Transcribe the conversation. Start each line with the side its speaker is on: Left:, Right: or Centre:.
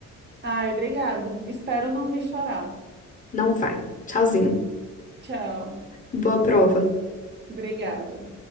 Right: Ai, obrigada. Espero não vir chorar.
Left: Não vai. Tchauzinho.
Right: Tchau.
Left: Boa prova.
Right: Obrigada.